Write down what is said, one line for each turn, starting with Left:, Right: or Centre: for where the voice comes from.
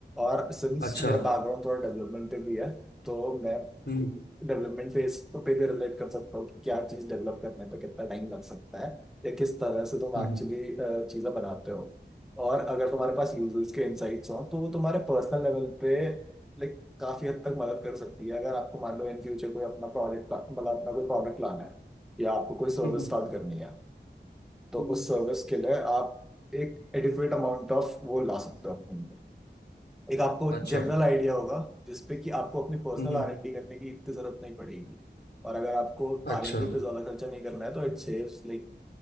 Centre: और सिंस
Left: अच्छा
Centre: मेरा बैकग्राउंड थोड़ा डेवलपमेंट पे भी है तो मैं
Left: हम्म
Centre: डेवलपमेंट फेज पे भी रिलेट कर सकता हो कि क्या चीज डेवलप करने पे कितना टाइम लग सकता है या किस तरह से तुम
Left: हम्म
Centre: एक्चुअली चीजें बनाते हो और अगर तुम्हारे पास यूजर्स के इनसाइट्स हो तो वो तुम्हारे पर्सनल लेवल पे लाइक काफी हद तक मदद कर सकती है अगर आपको मान लो इन फ्यूचर कोई अपना प्रोजेक्ट मतलब अपना कोई प्रोडक्ट लाना है या आपको कोई सर्विस
Left: हम्म
Centre: स्टार्ट करनी है तो
Left: हम्म
Centre: उस सर्विस के लिए आप एक एडिक्वेट अमाउंट ऑफ वो ला सकते हो अपने एक आपको
Left: अच्छा
Centre: जनरल आइडिया होगा जिसपे कि आपको अपनी पर्सनल
Left: हम्म
Centre: आर एन डी करने की इतनी जरूरत नहीं पड़ेगी और अगर आपको
Left: अच्छा
Centre: आर एन डी पे ज्यादा खर्चा नहीं करना है तो इट सेव्स लाइक